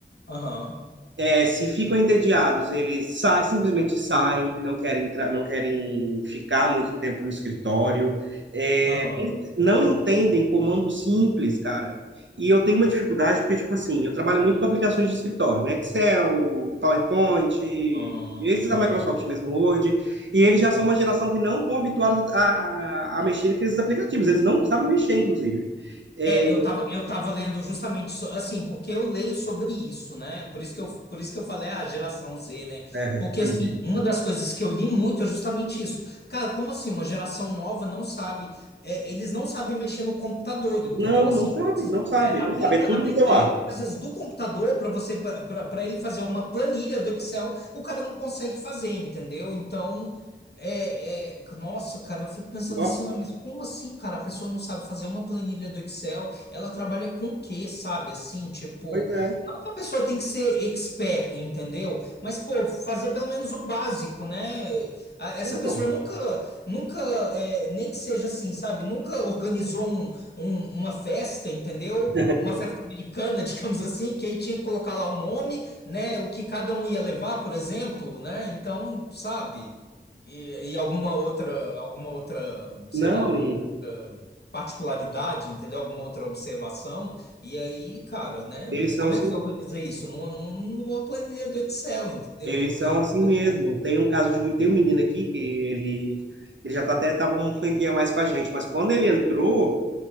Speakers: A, on the left (about 60°); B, on the right (about 85°).
A: aham,
B: É, se ficam entediados, eles saem, simplesmente saem, não querem entrar, não querem ficar muito tempo no escritório, é,
A: aham.
B: não entendem comando simples, cara. E eu tenho uma dificuldade porque, tipo assim, eu trabalho muito com aplicações de escritório, né? Excel, PowerPoint,
A: Hum,
B: esses da Microsoft mesmo, Word, e eles já são uma geração que não estão habituados a, a, a mexer com esses aplicativos, eles não sabem mexer, inclusive. É,
A: É, eu tava, eu tava lendo justamente so- assim, porque eu leio sobre isso, né? Por isso que eu, por isso que eu falei a ah, geração Z, né?
B: É,
A: Porque
B: entendi.
A: assim, uma das coisas que eu li muito é justamente isso. Cara, como assim uma geração nova não sabe, é, eles não sabem mexer no computador, entendeu?
B: não,
A: Assim,
B: não sabe,
A: coisas,
B: não sabe,
A: é, aplica,
B: não sabe, é tudo
A: aplica,
B: no celular.
A: é, coisas do computador para você para ele fazer uma planilha do Excel, o cara não consegue fazer, entendeu? Então, É, é, nossa, cara, eu fico pensando
B: Nossa,
A: assim, "Ué, mas como assim, cara? A pessoa não sabe fazer uma planilha do Excel, ela trabalha com o quê, sabe? Assim, tipo,
B: pois é.
A: não que a pessoa tem que ser expert, entendeu? Mas, pô, fazer pelo menos o básico, né? A- Essa pessoa
B: Não.
A: nunca, nunca, é, nem que seja assim, sabe? Nunca organizou um- um- uma festa, entendeu?
B: <laughs>
A: Uma festa americana, <laughs> digamos assim, que aí tinha que colocar lá o nome, né? O que cada um ia levar, por exemplo, né? Então, sabe? E, e alguma outra, alguma outra, sei
B: Não,
A: lá, alguma
B: e
A: outra particularidade, entendeu? Alguma outra observação. E aí, cara, né?
B: eles são
A: Como
B: assim,
A: é que você organiza isso? Numa, numa planilha do Excel, entendeu?
B: eles
A: Do,
B: são assim
A: do Google.
B: mesmo. Tem um caso de um, tem um menino aqui que ele, ele já tá até estava um tempinho a mais com a gente, mas quando ele entrou,